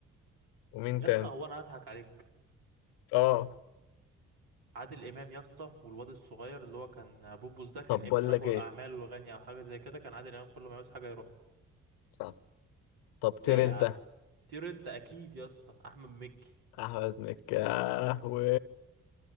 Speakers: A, on the left; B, on the right.
A: ومين
B: يا
A: تاني
B: اسطى هو أنا هضحك عليك
A: اه
B: عادل إمام يا اسطى والواد الصغير اللي هو كان بوبوس ده كان
A: طب
B: ابن
A: بقول
B: رجل
A: لك ايه
B: أعمال وغني أو حاجة زي كده كان عادل إمام كل ما يعوز حاجة يروح له.
A: صح طب طير
B: إيه يا
A: انت
B: عم طير انت اكيد يا اسطى احمد مكي
A: احمد مكي آه، و